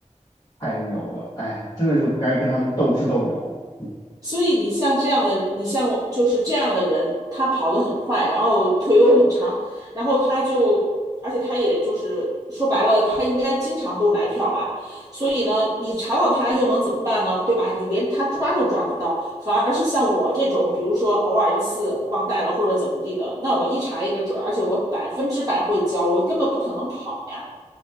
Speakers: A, on the left (about 30°); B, on the right (about 30°).
A: 太牛了，哎，真的就该跟他们斗智斗勇。嗯，
B: 所以你像这样的，你像我就是这样的人，他跑得很快，然后腿又很长，然后他就，而且他也就是说白了，他应该经常不买票吧？所以呢，你查到他又能怎么办呢？对吧？你连他抓都抓不到，反而是像我这种，比如说偶尔一次忘带了或者怎么地的，那我一查一个准而且我百分之百会交，我根本不可能跑呀，